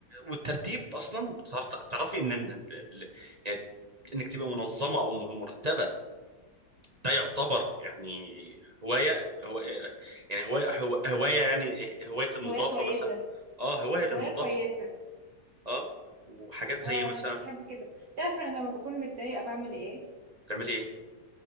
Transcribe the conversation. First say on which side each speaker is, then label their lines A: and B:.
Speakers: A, on the right; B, on the right.
A: والترتيب اصلا تعرف- تعرفي ان إن ال- ال- يعني انك تبقى منظمه او مرتبه ده يعتبر يعني هوايه هو يعني هوايه هو- هوايه يعني هوايه النظافه
B: هواية كويسة
A: مثلا اه هوايه للنظافه
B: هواية كويسة
A: اه وحاجات زي
B: اه
A: مثلا
B: انا بحب كده تعرف انا لما بكون متضايقه بعمل ايه
A: بتعملي ايه